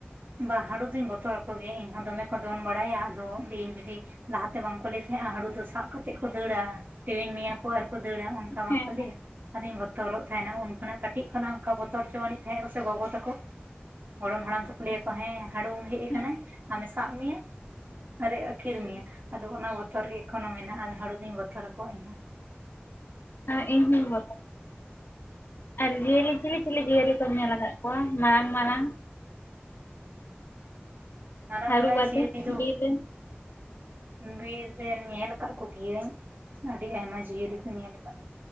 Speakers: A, on the right; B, on the left.
A: ᱵᱟ ᱦᱟᱹᱲᱩ ᱫᱩᱧ ᱵᱚᱛᱚᱨ ᱟᱠᱚ ᱜᱮᱭᱟ, ᱤᱧ ᱦᱚ ᱫᱚᱢᱮ ᱠᱚ ᱫᱚᱱ ᱵᱟᱲᱟᱭᱟ ᱟᱫᱚ ᱤᱧ ᱡᱩᱫᱤ ᱞᱟᱦᱟ ᱛᱮ ᱵᱟᱝᱠᱚ ᱞᱟᱹᱭ ᱛᱟᱦᱮᱸᱫᱼᱟ ᱦᱩᱲᱩ ᱫᱚ ᱥᱟᱵ ᱠᱟᱛᱮᱫ ᱠᱚ ᱫᱟᱹᱲᱟ ᱴᱮᱣᱤᱧ ᱢᱮᱭᱟ ᱠᱚ ᱟᱨ ᱠᱚ ᱫᱟᱹᱲᱟ ᱚᱱᱠᱟ ᱵᱟᱝᱠᱚ
B: ᱦᱮᱸ ᱦᱮᱸ
A: ᱞᱟᱹᱭᱟ ᱟᱫᱚᱧ ᱵᱚᱛᱚᱨᱚᱜ ᱛᱟᱦᱮᱱᱟ ᱩᱱ ᱠᱷᱚᱱᱟᱜ ᱠᱟᱹᱴᱤᱡ ᱠᱷᱚᱱᱟᱜ ᱚᱱᱠᱟ ᱵᱚᱛᱚᱨ ᱪᱚᱣᱼᱼ ᱛᱟᱦᱮᱸ ᱠᱚ ᱥᱮ ᱜᱚᱜᱚ ᱛᱟᱠᱚ ᱜᱚᱲᱚᱢ ᱦᱟᱲᱟᱢ ᱛᱟᱠᱚ ᱠᱩᱞᱤ ᱟᱠᱚ ᱦᱮᱸ ᱦᱟᱹᱲᱩᱢ ᱦᱮᱡ ᱟᱠᱟᱱᱟᱭ
B: ᱦᱮᱸ
A: ᱟᱢᱮ ᱥᱟᱵ ᱢᱮᱭᱟ ᱟᱨᱮ ᱟᱹᱠᱷᱤᱨ ᱢᱮᱭᱟ ᱟᱫᱚ ᱚᱱᱟ ᱵᱚᱛᱚᱨ ᱜᱮ ᱮᱠᱷᱚᱱᱳ ᱢᱮᱱᱟᱜᱼᱟ ᱦᱟᱹᱲᱩ ᱫᱚᱩᱧ ᱵᱚᱛᱚᱨ ᱟᱠᱚᱣᱟ ᱤᱧᱦᱚᱸ
B: ᱦᱮᱸ ᱤᱧ 'ᱦᱚᱧ ᱢᱚᱛᱚ' ᱟᱨ ᱡᱤᱭᱟᱹᱞᱤ ᱪᱤᱞᱤ ᱪᱤᱞᱤ ᱡᱤᱭᱟᱹᱞᱤ ᱠᱚᱢ ᱧᱮᱞ ᱟᱠᱟᱫ ᱠᱚᱣᱟ ᱢᱟᱨᱟᱝ ᱢᱟᱨᱟᱝ
A: ᱢᱟᱨᱟᱝ,
B: ᱦᱟᱹᱨᱩᱵ
A: ᱢᱟᱲᱟᱝ
B: ᱟᱛᱮ
A: <unintelligible>
B: ᱵᱤᱨ ᱨᱮ ᱦᱮᱸ
A: ᱵᱤᱨ ᱨᱮ ᱧᱮᱞ ᱟᱠᱟᱫ ᱠᱚᱜᱤᱭᱟᱹᱧ, ᱟᱹᱰᱤ ᱟᱭᱢᱟ ᱡᱤᱭᱟᱹᱞᱤ ᱠᱚ ᱧᱮᱞ ᱟᱠᱟᱫ